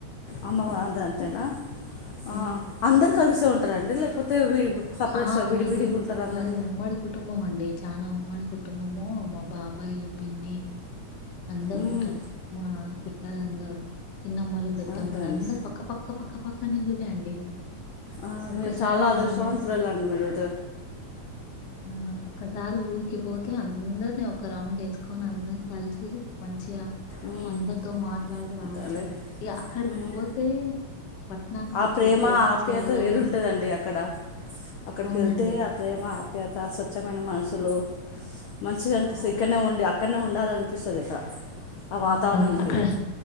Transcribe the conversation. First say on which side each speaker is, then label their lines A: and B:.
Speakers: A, on the left (about 80°); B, on the left (about 60°).
A: అమ్మవ అంద అంతేనా ఆ
B: హ్మ్.
A: అందరు కలిసే ఉంట రండి లేకపోతే సపరేట్
B: ఆ
A: విడివిడిగా
B: మాది
A: ఉంటారు అందరు
B: మాది ఉమ్మాడి కుటుంబం అండి చా చానా ఉమది కుటుంబము మా బాబ రూపాయలు పిన్ని అందరు
A: మ్మ్,
B: ఉంటారు మా చిట్కాలు అందరూ చిన్నమ్మలు పెద్దమ్మలు
A: అదే అండి
B: అందరు పక్క పక్క పక్క పక్క పక్కనల్లులే అండి
A: ఆ
B: ఒక్కసారి
A: మీరు చాలా అదృశవంతురాలుండి
B: మనము
A: మీరోజు
B: అ పసార ఊక పోతే అందర న ఒక రౌండ్ వేసుకొని అందం కలిసి మంచియా
A: మ్మ్,
B: అందరితో మాట్లాడి రావచ్చండి
A: అంతే అండి
B: అక్కడికి
A: మ్మ్.
B: పోతే పట్టణానికొచ్చి
A: ఆ ప్రేమ
B: ఉద్యోగం
A: ఆప్యత
B: చేయాలన్నా
A: వేరుంటదండి అక్కడ అక్కడికి
B: అవునండి.
A: వెళ్తే ఆ ప్రేమ ఆ అ స్వచ్ఛమైన మనసు లో మంచిగా అనిపిస్తంది
B: అవును.
A: ఇక్కడనే ఉండి అక్కడనే ఉండాలనిపిస్తుంది ఇక్కడ ఆ
B: అవునండి
A: వాతావరణానికి
B: అక్కడ